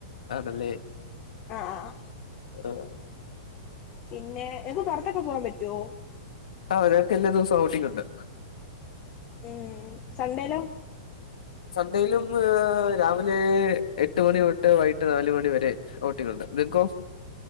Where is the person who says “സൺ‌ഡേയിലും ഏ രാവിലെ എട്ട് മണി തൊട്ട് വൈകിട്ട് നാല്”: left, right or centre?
Left